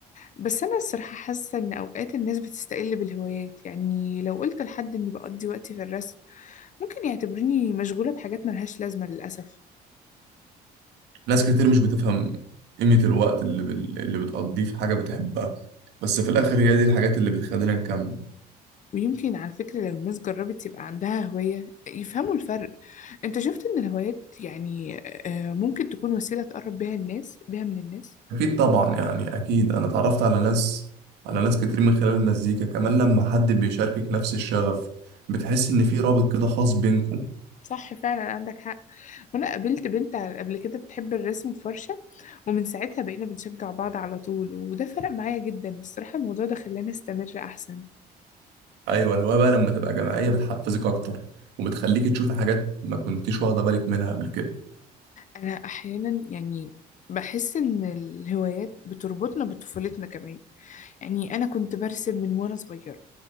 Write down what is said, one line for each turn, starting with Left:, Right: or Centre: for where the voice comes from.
Left: بس أنا الصراحة حاسة إن أوقات الناس بتستقل بالهوايات يعني لو قلت لحد إني بقضي وقتي في الرسم ممكن يعتبرني مشغولة بحاجات ملهاش لازمة للأسف
Right: ناس كتير مش بتفهم قيمة الوقت اللي بال... اللي بتقضيه في حاجة بتحبها بس في الآخر هي دي الحاجات اللي بتخلينا نكمل
Left: ويمكن على فكرة لو الناس جربت يبقى عندها هواية يفهموا الفرق انت شفت ان الهوايات يعني آه، آه، ممكن تكون وسيلة تقرب بيها الناس بيها من الناس
Right: أكيد طبعا يعني أكيد أنا اتعرفت على ناس على ناس كتير من خلال المزيكا كمان لما حد بيشاركك نفس الشغف بتحس إن في رابط كده خاص بينكم
Left: صح فعلا عندك حق وانا قابلت بنت على- قبل كده بتحب الرسم بفرشة ومن ساعتها بقينا بنشجع بعض على طول وده فرق معايا جدا الصراحة الموضوع ده خلاني استمر احسن
Right: أيوة الهواية بقى لما تبقى جماعية بتحفزك أكتر وبتخليك تشوفي حاجات ما كنتيش واخدة بالك منها قبل كده
Left: انا احيانا يعني بحس ان الهوايات بتربطنا بطفولتنا كمان يعني انا كنت برسم من وانا صغيرة